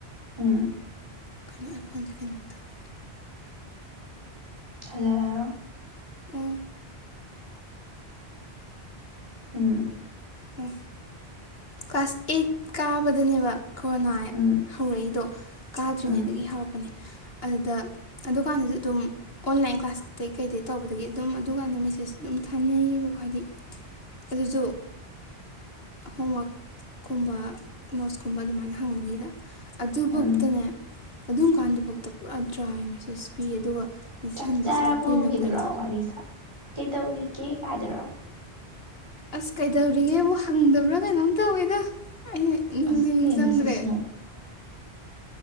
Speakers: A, on the right; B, on the left.
A: ꯎꯝ
B: ꯀꯩꯅꯣ ꯑꯩ ꯐꯣꯟ ꯀꯩꯅꫭꯝ ꯇꯧꯒ꯭ꯔꯦ꯫
A: ꯍꯜꯂꫭ
B: ꯎꯝ
A: ꯎꯝ
B: ꯑꯦ ꯀ꯭ꯂꯥꯁ ꯑꯩꯠ ꯀꯥꯕꯗꯅꯦꯕ ꯀꯣꯔꫭꯅꯥ
A: ꯎꯝ
B: ꯍꯧꯔꯛꯏꯗꯣ꯫ ꯀꯥꯗ꯭ꯔꯤꯉꯩꯗꯒꯤ
A: ꯎꯝ
B: ꯍꯧꯔꯛꯄꯅꯦ꯫ ꯑꯗꯨꯗ ꯑꯗꯨꯀꯥꯟꯗꯁꯨ ꯑꯗꯨꯝ ꯑꯣꯟꯂꯥꯏꯟ ꯀ꯭ꯂꯥꯁ ꯀꯩꯗꯩ ꯇꯧꯕꯗꯒꯤ ꯑꯗꯨꯝ ꯑꯗꯨꯀꯥꯟꯗ ꯃꯦꯁꯦꯁ ꯑꯗꯨꯝ ꯊꯥꯅꯩꯌꯦꯕꯀꯣ ꯍꯥꯏꯗꯤ ꯑꯗꯨꯁꯨ ꯍꯣꯝꯋꯥꯛꯀꯨꯝꯕ ꯅꯣꯠꯁꯀꯨꯝꯕ ꯑꯗꯨꯃꯥꯏꯅ ꯍꯪꯕꯒꯤꯗ꯫ ꯑꯗꯨꯐꯧꯗꯅꯦ
A: ꯎꯝ
B: ꯑꯗꯨꯝ ꯀꯥꯟꯗꯨꯐꯥꯎꯗ ꯄꯨꯔꯥ ꯗ꯭ꯔꯥꯏ ꯃꯦꯁꯦꯁ ꯄꯤꯌꯦ ꯑꯗꯨꯒ ꯃꯦꯁꯦꯁ
A: ꯆꯥꯛ
B: ꯍꯟꯕꯁꯤꯅ
A: ꯆꯥꯔꯕꫭꯒꯤꯗꯨꯔꯣ
B: ꯀꯨꯏꯅ ꯀꯨꯏꯅ
A: ꯋꯥꯔꯤ ꯀꯤꯠ ꯇꯧꯔꯤꯒꯦ ꯀꯥꯏꯗ꯭ꯔꯣ
B: ꯑꯁ ꯀꯩꯗꯧꯔꯤꯒꯦꯕꯨ ꯍꯪꯗꯕ꯭ꯔꯥ ꯀꯩꯅꯣꯝ ꯇꯧꯋꯦꯗ꯫ ꯑꯩꯅ ꯅꯤꯡꯗꯤ
A: ꯑꯁꯤ
B: ꯅꯤꯡꯁꯤꯡꯗ꯭ꯔꯦ
A: ꯀꯩ ꯃꯦꯁꯦꯖꯅꫭ꯫